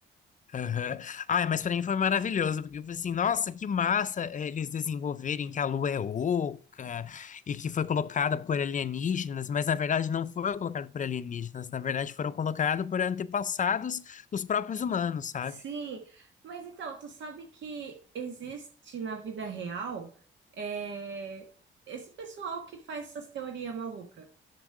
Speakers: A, on the left; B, on the right.
A: Aham. Ai, mas pra mim foi maravilhoso, porque eu falei assim, nossa, que massa eh, eles desenvolverem que a Lua é oca e que foi colocada por alienígenas, mas na verdade não foi colocada por alienígenas, na verdade foram colocados por antepassados dos próprios humanos, sabe?
B: Sim, mas então, tu sabe que existe na vida real é, esse pessoal que faz essas teorias malucas